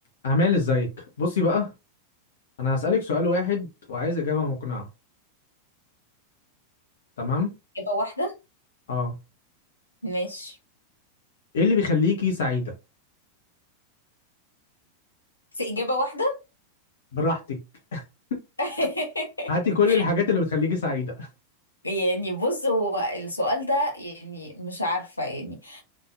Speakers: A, on the left (about 60°); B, on the left (about 80°).
A: أعمال ازيك بصي بقى أنا هسألك سؤال واحد وعايز إجابة مقنعة تمام
B: إجابة واحدة
A: اه
B: ماشي
A: ايه اللي بيخليكي سعيدة
B: بس إجابة واحدة
A: براحتك <laughs>
B: <laughs>
A: هاتي كل الحاجات اللي بتخليكي سعيدة
B: يعني بص هو السؤال ده يعني مش عارفة يعني